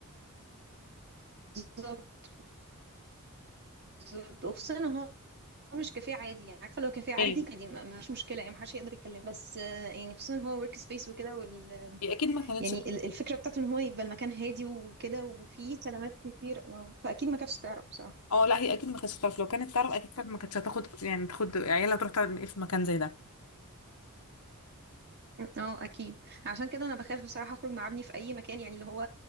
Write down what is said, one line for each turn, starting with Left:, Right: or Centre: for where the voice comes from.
Right: بالظبط. بالضبط، وخصوصًا إن هو مش كافيه عادي، يعني عارفة لو كافيه عادي
Left: ايه
Right: كان دي ما ما فيش مشكلة يعني ما حدش هيقدر يكلمه، بس آه، يعني خصوصًا إن هو work space وكده وال
Left: هي اكيد ما كانتش
Right: يعني ال الفكرة بتاعته إن هو يبقى المكان هادي وكده وفيه خدمات كتير آه، فأكيد ما كانتش تعرف بصراحة.
Left: اه لا هي اكيد ما كانتش هتعرف لو كانت تعرف اكيد كانت ما كانتش هتاخد يعني تاخد عيالها تروح تقعد في مكان زي
Right: امم، آه أكيد، عشان كده أنا باخاف بصراحة أخرج مع ابني في أي مكان، يعني اللي هو